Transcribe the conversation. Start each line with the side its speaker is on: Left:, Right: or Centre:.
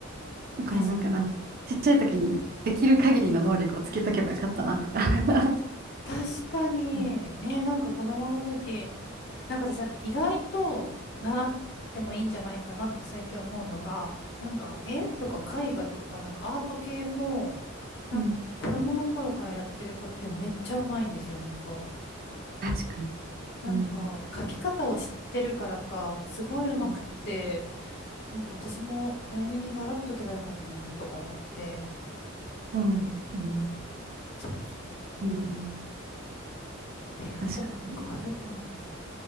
Right: だからなんかな、
Left: 確かに。
Right: ちっちゃい時にできる限りの能力をつけとけばよかったなとか。<laughs>
Left: 確かに。
Right: うん、
Left: ね、なんか子供の時、なんか私、あと意外と習ってもいいんじゃないかなって最近思うのが、なんか絵とか絵画とか、なんかアート系も、なんか子供の頃からやってる子ってめっちゃうまいんですよ、
Right: うん、
Left: 本当。
Right: 確かに。
Left: なんか描き方を知ってるからか、
Right: うん、
Left: すごいうまくって、
Right: うん、
Left: なんか私も早めに習っとけばよかったなとか思って。
Right: そうですよね。
Left: そうそうそう。
Right: うん、
Left: えーあとなんかあるかな。
Right: 確かにね。